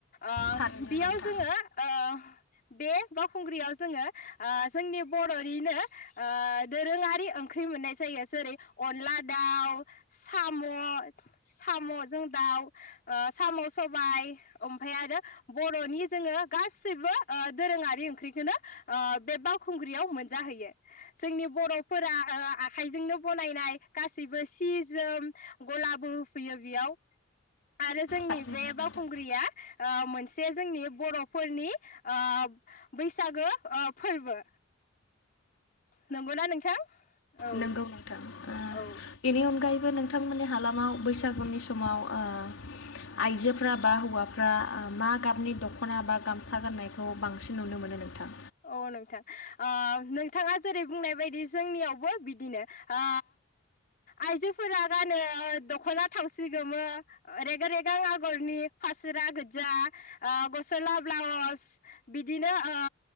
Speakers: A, on the left (about 45°); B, on the left (about 85°).
A: ओ
B: थारैनो
A: बेयाव
B: नोंथां
A: जोंङो ओ बे बावखुंग्रियाव जोंङो ओ जोंनि बर'निनो ओ दोरोंङारि ओंख्रि मोननाय जायो जेरै अनला दाउ साम' साम'जों दाउ साम' सबाय ओमफाय आरो बर'नि जोंङो गासैबो ओ दोरोंङारि ओंख्रिखौनो ओ बे बावखुंग्रियाव मोनजाहैयो जोंनि बर'फोरा खायजोंनो बनायनाय गासैबो सि जोम गलाबो होफैयो बेयाव आरो जोंनि
B: थारैनो
A: बे
B: नोंथां
A: बावखुंग्रिया ओ मोनसे जोंनि बर'फोरनि ओ बैसागो ओ फोरबो नंगौना नोंथां औ
B: नोंगौ नोंथां ओ
A: औ
B: बिनि अनगायै बो नोंथांमोननि हालामाव बैसागुनि समाव ओ आइजोफ्रा बा हौवाफ्रा ओ मा गाबनि दख'ना बा गामसा गाननायखौ बांसिन नुनो मोनो नोंथां?
A: औ नोंथां ओ नोंथांङा जेरै बुंनाय बायदि जोंनियावबो बिदिनो ओ आइजोफोरा गानो दखना थावसि गोमो रेगां रेगां आगरनि फासोरा गोजा गस्ला ब्लाउस बिदिनो ओ